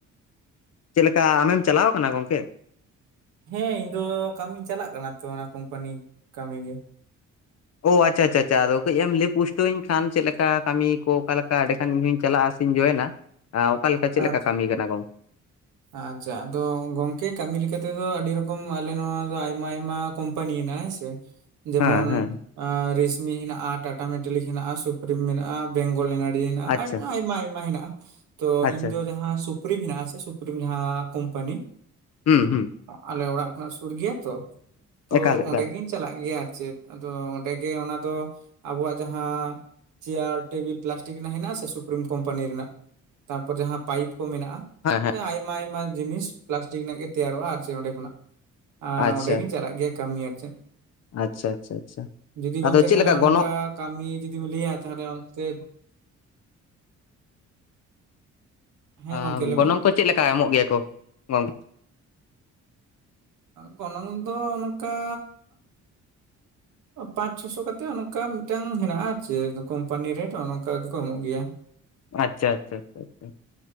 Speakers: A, on the left (about 55°); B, on the right (about 80°).
A: ᱪᱮᱫ ᱞᱮᱠᱟ ᱟᱢᱮᱢ ᱪᱟᱞᱟᱣ ᱠᱟᱱᱟ ᱜᱚᱝᱠᱮ?
B: ᱦᱮᱸ ᱤᱧ ᱫᱚ ᱠᱟᱹᱢᱤᱧ ᱪᱟᱞᱟᱜ ᱠᱟᱱᱟ ᱛᱚ ᱚᱱᱟ ᱠᱳᱢᱯᱟᱱᱤ ᱠᱟᱹᱢᱤ ᱜᱮ᱾
A: ᱚ ᱟᱪᱪᱷᱟ ᱟᱪᱷᱟ ᱟᱪᱪᱷᱟ ᱟᱫᱚ ᱠᱟᱹᱡ ᱮᱢ ᱞᱟᱹᱭ ᱯᱩᱴᱟᱹᱣᱟᱹᱧ ᱠᱷᱟᱱ ᱪᱮᱫ ᱞᱮᱠᱟ ᱠᱟᱹᱢᱤ ᱠᱚ ᱚᱠᱟ ᱞᱮᱠᱟᱼᱼ ᱠᱷᱟᱱ ᱤᱧ ᱦᱚᱧ ᱪᱟᱞᱟᱜᱼᱟ ᱥᱮᱧ ᱡᱚᱭᱮᱱᱟ ᱚᱠᱟ ᱞᱮᱠᱟ ᱪᱮᱫ
B: ᱟᱪᱪᱷᱟ
A: ᱞᱮᱠᱟ ᱠᱟᱹᱢᱤ ᱠᱟᱱᱟ ᱜᱚᱝᱼᱼ
B: ᱟᱪᱪᱷᱟ ᱟᱫᱚ ᱜᱚᱝᱠᱮ ᱠᱟᱹᱢᱤ ᱞᱮᱠᱟ ᱛᱮᱫᱚ ᱟᱹᱰᱤ ᱨᱚᱠᱚᱢ ᱟᱞᱮ ᱱᱚᱶᱟ ᱟᱭᱢᱟ ᱟᱭᱢᱟᱼᱼ ᱠᱳᱢᱯᱟᱱᱤ ᱦᱮᱱᱟᱜ-ᱟ ᱦᱮᱸ ᱥᱮ᱾ ᱡᱮᱢᱚᱱ
A: ᱦᱮᱸ ᱦᱮᱸ
B: ᱮ ᱨᱮᱥᱢᱤ ᱦᱮᱱᱟᱜᱼᱟ ᱴᱟᱴᱟ ᱢᱮᱴᱟᱞᱤᱠ ᱦᱮᱱᱟᱜᱼᱟ ᱥᱩᱯᱨᱤᱢ ᱢᱮᱱᱟᱜᱼᱟ ᱵᱮᱝᱜᱚᱞ ᱮᱱ ᱟᱨᱼᱼ ᱴᱤ ᱦᱮᱱᱟᱜ-ᱟ
A: ᱟᱪᱪᱷᱟ
B: ᱟᱭᱢᱟ ᱟᱭᱢᱟ ᱦᱮᱱᱟᱜᱼᱟ ᱛᱚ
A: ᱟᱪᱪᱷᱟ
B: ᱤᱧ ᱫᱚ ᱡᱟᱦᱟᱸ ᱥᱩᱯᱨᱤ ᱢᱮᱱᱟᱜ-ᱟ ᱥᱮᱼᱼ ᱥᱩᱯᱨᱤᱢ ᱡᱟᱦᱟᱸ ᱠᱳᱢᱯᱟᱱᱤ
A: ᱦᱩᱸ ᱦᱩᱸ
B: ᱟᱞᱮ ᱚᱲᱟᱜ ᱠᱷᱚᱱᱟᱜ ᱥᱩᱨ ᱜᱮᱭᱟ ᱛᱚᱼᱼ ᱛᱚ
A: ᱮᱠᱟᱞ
B: ᱚᱸᱰᱮ
A: ᱮᱠᱟᱞ
B: ᱜᱤᱧ ᱪᱟᱞᱟᱜ ᱜᱮᱭᱟ ᱟᱨ ᱪᱮᱫ ᱟᱫᱚ ᱚᱸᱰᱮᱜᱮ ᱚᱱᱟ ᱫᱚ ᱟᱵᱚᱣᱟᱜ ᱡᱟᱦᱟᱸᱼᱼ ᱪᱮᱭᱟᱨ ᱴᱮᱵᱤᱞ ᱯᱞᱟᱥᱴᱤᱠ ᱨᱮᱱᱟᱜ ᱦᱮᱱᱟᱜ-ᱟ ᱥᱮ ᱥᱩᱯᱨᱤᱢ ᱠᱳᱢᱯᱟᱱᱤ ᱨᱮᱱᱟᱜ ᱛᱟᱨᱯᱚᱨ ᱡᱟᱦᱟᱸ ᱯᱟᱭᱤᱯ ᱠᱚ ᱢᱮᱱᱟᱜᱼᱟᱼᱼ
A: ᱦᱮ ᱦᱮ᱾
B: ᱟᱭᱢᱟ ᱟᱭᱢᱟ ᱡᱤᱱᱤᱥ ᱯᱞᱟᱥᱴᱤᱠ ᱨᱮᱱᱟᱜ ᱜᱮ ᱛᱮᱭᱟᱨᱚᱜᱼᱟ ᱟᱨ ᱪᱮᱫ ᱚᱸᱰᱮ ᱠᱷᱚᱱᱟᱜ ᱟ
A: ᱟᱪᱪᱷᱟ
B: ᱚᱸᱰᱮ ᱜᱤᱧ ᱪᱟᱞᱟᱜ ᱜᱮᱭᱟ ᱠᱟᱹᱢᱤ ᱟᱨ ᱪᱮᱫ᱾
A: ᱟᱪᱪᱷᱟ ᱟᱪᱪᱷᱟ ᱟᱪᱪᱷᱟ
B: ᱡᱩᱫᱤ ᱜᱚᱝᱠᱮ
A: ᱟᱫᱚ ᱪᱮᱫ
B: ᱛᱟᱦᱚᱞᱮ
A: ᱞᱮᱠᱟ
B: ᱚᱱᱠᱟ
A: ᱜᱚᱱᱚᱝ
B: ᱠᱟᱹᱢᱤ ᱡᱩᱫᱤᱢ ᱞᱟᱹᱭᱟ ᱛᱟᱦᱚᱞᱮ ᱚᱱᱛᱮᱼᱼ ᱦᱮᱸ
A: ᱟ
B: ᱜᱚᱝᱠᱮ ᱞᱟᱹᱭ
A: ᱜᱚᱱᱚᱝ
B: ᱢᱮ
A: ᱠᱚ ᱪᱮᱫ ᱞᱮᱠᱟ ᱮᱢᱚᱜ ᱜᱮᱭᱟ ᱠᱚ ᱜᱚᱝᱼᱼ
B: ᱜᱚᱱᱚᱝ ᱫᱚ ᱱᱚᱠᱟᱼᱼ ᱯᱟᱸᱪ ᱪᱷᱚ ᱥᱚ ᱠᱟᱛᱮ ᱚᱱᱠᱟ ᱢᱤᱫᱴᱟᱝ ᱦᱮᱱᱟᱜᱼᱟ ᱪᱮᱫ ᱠᱳᱢᱯᱟᱱᱤ ᱨᱮᱴ ᱚᱱᱠᱟ ᱜᱮ ᱠᱚ ᱮᱢᱚᱜ ᱜᱮᱭᱟ᱾
A: ᱟᱪᱪᱷᱟ ᱟᱪᱪᱷᱟ ᱟᱪᱪᱷᱟ᱾